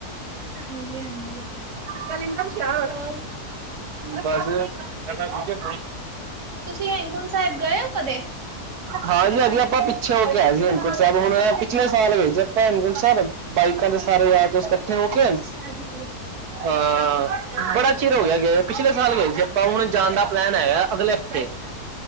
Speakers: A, on the right; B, on the right.
A: ਹਾਂਜੀ-ਹਾਂਜੀ।
B: ਕਲੀ ਸ਼ਰਾ
A: ਹੋਰ
B: ਬਸ ਦੂਜੇ
A: ਤੁਸੀਂ ਹੇਮਕੁੰਟ ਸਾਹਿਬ ਗਏ ਹੋ ਕਦੇ?
B: ਹਾਂਜੀ ਆਪਾਂ ਪਿੱਛੇ ਹੋ ਕੇ ਆ ਸੀ ਹੇਮਕੋਟ ਸਾਹਿਬ ਹੁਣ ਪਿਛਲੇ ਸਾਲ ਵਏ ਸੀੇ ਆਪਾਂ ਹਮਕੋਟ ਸਾਹਿਬ ਬਾਈਕਾਂ ਦੇ ਸਾਰੇ ਯਾਰ ਇਕੱਠੇ ਹੋ ਕੇ
A: ਅੱਛਾ ਜੀ।
B: ਹਾਂ ਬੜਾ ਚਿਰ ਹੋ ਗਿਆ ਗ ਪਿਛਲੇ ਸਾਲ ਗਏ ਜੇ ਆਪਾਂ ਹੁਣ ਜਾਣ ਦਾ ਪਲੈਨ ਹੈਗਾ ਅਗਲੇ ਹਫ਼ਤੇ